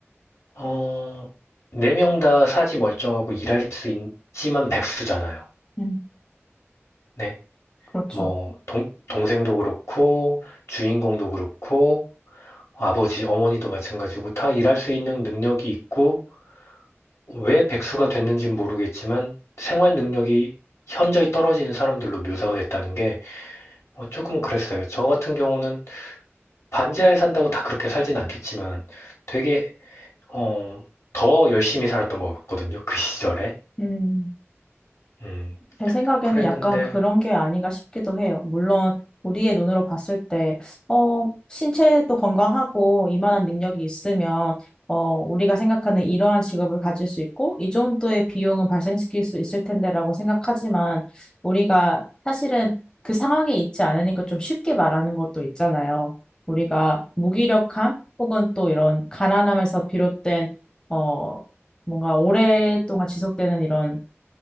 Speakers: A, on the left; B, on the left.
A: 어, 네 명 다 사지 멀쩡하고 일할 수 있지만 백수잖아요.
B: 음,
A: 네.
B: 그렇죠.
A: 뭐, 동, 동생도 그렇고, 주인공도 그렇고, 아버지, 어머니도 마찬가지고, 다 일할 수 있는 능력이 있고, 왜 백수가 됐는지는 모르겠지만, 생활 능력이 현저히 떨어지는 사람들로 묘사가 됐다는 게, 어, 조금 그랬어요. 저 같은 경우는 반지하에 산다고 다 그렇게 살진 않겠지만, 되게 어, 더 열심히 살았던 것 같거든요. 그 시절에.
B: 음.
A: 음,
B: 제 생각에는
A: 그랬는데,
B: 약간 그런 게 아닌가 싶기도 해요. 물론 우리의 눈으로 봤을 때, 어, 신체도 건강하고 이만한 능력이 있으면, 어, 우리가 생각하는 이러한 직업을 가질 수 있고, 이 정도의 비용은 발생시킬 수 있을 텐데라고 생각하지만, 우리가 사실은 그 상황에 있지 않으니까 좀 쉽게 말하는 것도 있잖아요. 우리가 무기력함 혹은 또 이런 가난함에서 비롯된, 어, 뭔가 오랫동안 지속되는 이런